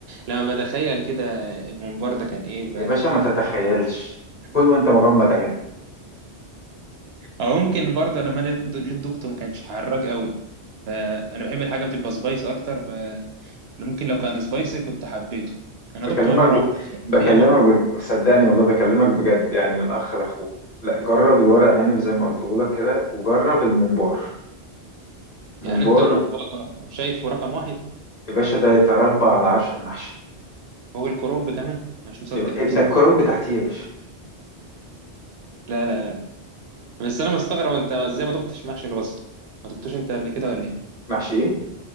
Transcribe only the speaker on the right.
لما بتخيل كده الممبار ده كان ايه ب...
<laughs>
او ممكن برضه لما انا جيت دقته ما كانش حراج قوي فانا بحب الحاجه بتبقى سبايس اكتر اللي ممكن لو كان سبايسي كنت حبيته انا
دقته هي مره
واحده بصراحه
هي مره
يعني
انت الموضوع شايفه رقم واحد
فوق الكرومب كمان انا مش مصدق
دي
بصراحه
لا لا لا بس انا مستغرب انت ازاي ما دقتش محشي البصل ما دقتوش انت قبل كده ولا ايه